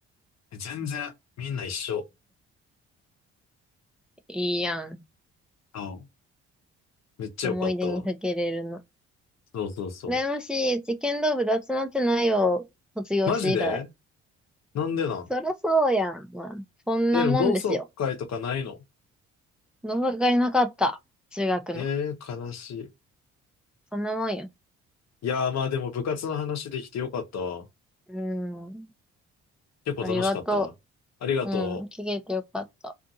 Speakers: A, on the left (about 60°); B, in the centre.
A: え全然、みんな一緒。
B: いいやん。
A: あめっちゃよかったわ。
B: 思い出にふけれるの。
A: そうそうそう。
B: 羨ましい。うち剣道部で集まってないよ。卒業して以来。
A: マジでなんでなん
B: そりゃそうやん。まあ、そんなもんですよ。
A: え、でも同窓会とかないの
B: 同窓会なかった。中学の。
A: えー、悲しい。
B: そんなもんよ。
A: いやー、まあでも部活の話できてよかったわ。
B: うん。
A: 結構楽しかったわ。
B: ありがと
A: ありがとう。
B: う。うん。聞けてよかった。